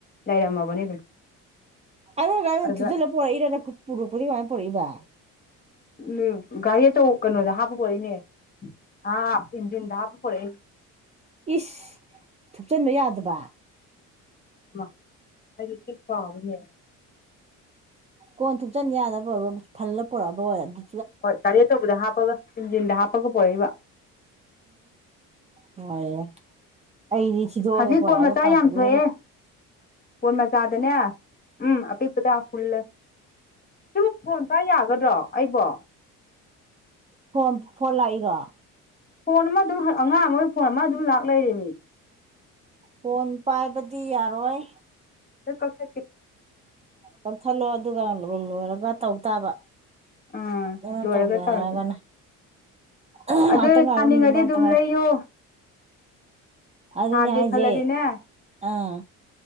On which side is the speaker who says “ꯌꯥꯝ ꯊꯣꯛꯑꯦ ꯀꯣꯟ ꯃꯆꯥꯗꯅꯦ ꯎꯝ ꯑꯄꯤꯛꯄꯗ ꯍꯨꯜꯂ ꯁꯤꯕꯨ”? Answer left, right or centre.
Left